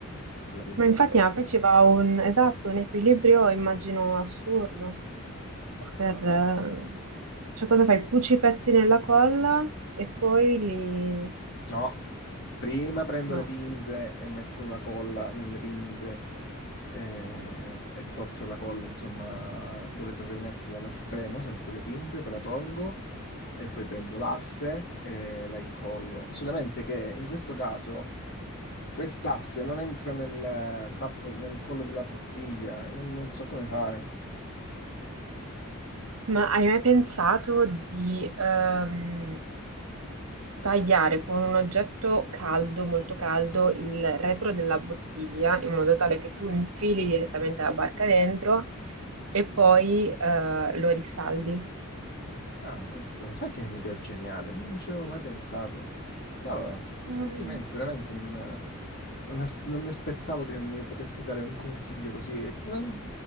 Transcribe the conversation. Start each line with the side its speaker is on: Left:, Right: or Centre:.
Left: con la pinzetta.
Right: Ma infatti, ma poi ci va un, esatto, un equilibrio, immagino, assurdo. Per,
Left: Sì. sì.
Right: eh, cioè, cosa fai? Cuci i pezzi nella colla e poi li...
Left: No, prima prendo
Right: No.
Left: le pinze e metto la colla nelle pinze eh, e porto la colla, insomma, dove dovrei metterla, la spremo sempre con le pinze, poi la tolgo e poi prendo l'asse e la incollo. Solamente che in questo caso quest'asse non entra nel tappo, nel collo della bottiglia e non, non so come fare.
Right: Ma hai mai pensato di ehm, tagliare con un oggetto caldo, molto caldo, il retro della bottiglia in modo tale che tu infili direttamente la barca dentro e poi eh, lo risaldi?
Left: Ah, questo, sai che è un'idea geniale, non ci avevo mai pensato. Brava,
Right: Mm.
Left: complimenti, veramente non, non as- non mi aspettavo che mi potessi dare un consiglio così. Non-